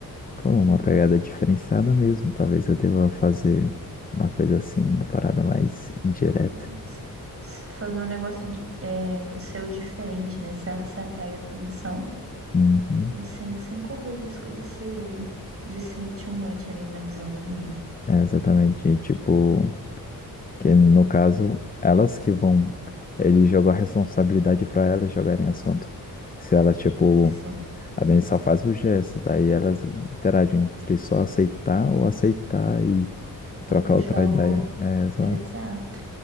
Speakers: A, on the left; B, on the right.
A: pô, uma pegada diferenciada mesmo. Talvez eu deva fazer uma coisa assim, uma parada mais indireta.
B: É, se- se fazer um negócio de, é, seu diferente, né? Você você atrai atenção
A: Uhum.
B: e sem, sem correr o risco de ser, de ser too much ali na visão da menina.
A: É, é exatamente, tipo, que no caso, elas que vão, ele jogou a responsabilidade para elas jogarem assunto. Se elas, tipo,
B: É Isso.
A: a gente só faz o gesto, daí elas interagem entre só aceitar ou aceitar e trocar
B: E puxar
A: outra ideia.
B: o.
A: É, exato.
B: Exato.